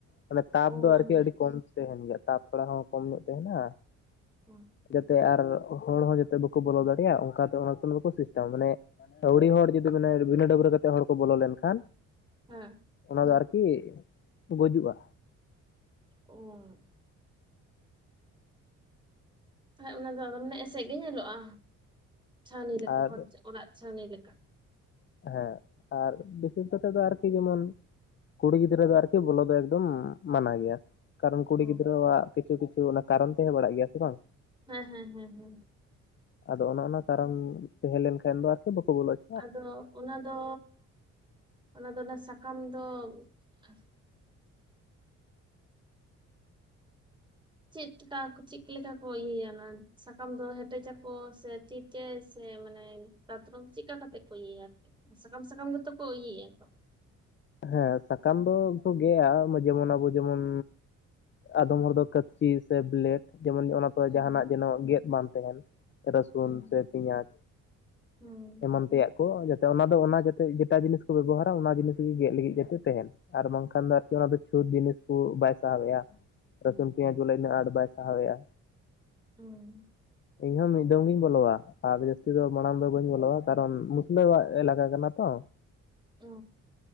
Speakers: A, on the left; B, on the right.
A: ᱢᱟᱱᱮ ᱛᱟᱯ
B: ᱚ
A: ᱫᱚ
B: ᱢᱟᱱᱮ
A: ᱟᱨᱠᱤ ᱟᱹᱰᱤ ᱠᱚᱢ ᱛᱟᱦᱮᱱ ᱜᱮᱭᱟ ᱛᱟᱯ ᱛᱷᱚᱲᱟ ᱦᱚᱸ ᱠᱚᱢ ᱧᱚᱜ ᱛᱟᱦᱮᱱᱟ
B: ᱦᱩᱸ
A: ᱡᱟᱛᱮ ᱟᱨ ᱦᱚᱲ ᱦᱚᱸ ᱡᱟᱛᱮ ᱵᱟᱠᱚ ᱵᱚᱞᱚ ᱫᱟᱲᱮᱭᱟᱜ ᱚᱱᱠᱟᱛᱮ ᱚᱱᱟ ᱫᱚᱠᱚ ᱥᱤᱥᱴᱮᱢ ᱢᱟᱱᱮ ᱾ ᱟᱹᱣᱲᱤ ᱦᱚᱲ ᱡᱩᱫᱤ ᱢᱟᱱᱮ ᱵᱤᱱᱟᱹ ᱰᱟᱹᱵᱨᱟᱹ ᱠᱟᱛᱮᱫ ᱦᱚᱲ ᱠᱚ ᱵᱚᱞᱚ ᱞᱮᱱᱠᱷᱟᱱ
B: ᱦᱮᱸ
A: ᱚᱱᱟ ᱫᱚ ᱟᱨᱠᱤ ᱜᱩᱡᱩᱜᱼᱟ ᱾
B: ᱦᱩᱸ <unintelligible> ᱦᱮᱸ ᱚᱱᱟ ᱫᱚ ᱟᱫᱚ ᱢᱟᱱᱮ ᱮᱥᱮᱫ ᱜᱮ ᱧᱮᱞᱚᱜᱼᱟ ᱪᱷᱟ. ᱣᱱᱤ ᱞᱮᱠᱟ
A: ᱟᱨ
B: ᱦᱚᱲ ᱚᱲᱟᱜ ᱪᱷᱟ. ᱣᱱᱤ ᱞᱮᱠᱟ᱾
A: ᱦᱮᱸ ᱟᱨ ᱵᱤᱥᱮᱥ ᱠᱟᱛᱮ ᱫᱚ ᱟᱨᱠᱤ ᱡᱮᱢᱚᱱᱼᱼ ᱠᱩᱲᱤ ᱜᱤᱫᱽᱨᱟᱹ ᱫᱚ ᱟᱨᱠᱤ ᱵᱚᱞᱚ ᱫᱚ ᱮᱠᱫᱚᱢ ᱢᱟᱱᱟ ᱜᱮᱭᱟ᱾ ᱠᱟᱨᱚᱱ ᱠᱩᱲᱤ
B: ᱚ
A: ᱜᱤᱫᱽᱨᱟᱹᱣᱟᱜ ᱠᱤᱪᱷᱩ ᱠᱤᱪᱷᱩ ᱚᱱᱟ ᱠᱟᱨᱚᱱ ᱛᱟᱦᱚᱸ ᱵᱟᱲᱭᱚᱜ ᱜᱮᱭᱟ ᱥᱮ ᱵᱟᱝ
B: ᱦᱮᱸ ᱦᱮᱸ ᱦᱮᱸ ᱦᱮᱸ
A: ᱟᱫᱚ ᱚᱱᱮ ᱚᱱᱟ ᱠᱟᱨᱚᱱ ᱛᱟᱦᱮᱸ ᱞᱮᱱ ᱠᱷᱟᱱ ᱫᱚ ᱟᱨᱠᱤ ᱵᱟᱠᱚ ᱵᱚᱞᱚ ᱦ....
B: ᱟᱫᱚ ᱚᱱᱟ ᱫᱚ, ᱚᱱᱟ ᱫᱚ ᱚᱱᱟ ᱥᱟᱠᱟᱢ ᱫᱚ ᱮ ᱪᱮᱫ ᱞᱮᱠᱟ, ᱪᱮᱫ ᱞᱮᱠᱟ ᱠᱚ ᱤᱭᱟᱹᱭᱟ ᱚᱱᱟ? ᱥᱟᱠᱟᱢ ᱫᱚ ᱦᱮᱴᱮᱡᱟᱠᱚ ᱥᱮ ᱛᱤ ᱛᱮ ᱥᱮ ᱢᱟᱱᱮ ᱫᱟᱛᱨᱚᱢ, ᱪᱮᱠᱟᱜ ᱠᱟᱛᱮᱜ ᱠᱚ ᱤᱭᱟᱹᱭᱟ? ᱟᱨᱠᱤ ᱥᱟᱠᱟᱢ ᱥᱟᱠᱟᱢ ᱜᱮᱛᱚ ᱠᱚ ᱤᱭᱟᱹᱭᱟ ᱛᱚ ᱾
A: ᱦᱮᱸ ᱥᱟᱠᱟᱢ ᱫᱚ ᱠᱚ ᱜᱮᱭᱟ ᱡᱮᱢᱚᱱ ᱟᱵᱚ ᱡᱮᱢᱚᱱ ᱟᱫᱚᱢ ᱦᱚᱲ ᱫᱚ ᱠᱟᱹᱯᱪᱤ ᱥᱮ ᱵᱤᱞᱮᱴ ᱡᱮᱢᱚᱱ ᱚᱱᱟᱛᱮ
B: ᱦᱩᱸ
A: ᱡᱟᱦᱟᱸᱱᱟᱜ ᱡᱮᱱᱚ ᱜᱮᱫ ᱵᱟᱝ ᱛᱟᱦᱮᱱ ᱾ ᱨᱟᱹᱥᱩᱱ
B: ᱦᱩᱸ
A: ᱥᱮ ᱯᱮᱭᱟᱡᱽ
B: ᱦᱩᱸ
A: ᱮᱢᱟᱱ ᱛᱮᱭᱟᱜ ᱾ ᱡᱟᱛᱮ ᱚᱱᱟ ᱫᱚ ᱚᱱᱟ ᱡᱟᱛᱮ ᱮᱴᱟ ᱡᱤᱱᱤᱥ ᱠᱚ ᱵᱮᱵᱚᱦᱟᱨᱟ ᱚᱱᱟ ᱡᱤᱱᱤᱥ ᱜᱮᱜ ᱞᱟᱹᱜᱤᱫ ᱜᱮᱛᱚ ᱛᱟᱦᱮᱱ ᱟᱨ ᱵᱟᱝᱠᱷᱟᱱ ᱫᱚ ᱟᱨᱠᱤ ᱚᱱᱟ ᱫᱚ ᱪᱷᱩᱸᱛ ᱡᱤᱱᱤᱥ ᱠᱚ ᱵᱟᱭ ᱥᱟᱦᱟᱣ ᱮᱜᱼᱟ᱾ ᱨᱟᱹᱥᱩᱱ ᱯᱮᱸᱭᱟᱡᱽ ᱵᱚᱞᱮ ᱤᱱᱟᱹᱜ ᱟᱸᱴ ᱵᱟᱭ ᱥᱟᱦᱟᱣᱮᱜᱼᱟ᱾
B: ᱦᱩᱸ
A: ᱤᱧ ᱦᱚᱸ ᱢᱤᱫ ᱫᱚᱢ ᱜᱤᱧ ᱵᱚᱞᱚᱣᱟ᱾ ᱟᱨ ᱡᱟᱹᱥᱛᱤ ᱫᱚ ᱢᱟᱲᱟᱝ ᱫᱚ ᱵᱟᱹᱧ ᱵᱚᱞᱚᱣᱟ ᱠᱟᱨᱚᱱ ᱢᱩᱥᱞᱟᱹᱣᱟᱜ ᱮᱞᱟᱠᱟ ᱠᱟᱱᱟ ᱛᱚ᱾
B: ᱚ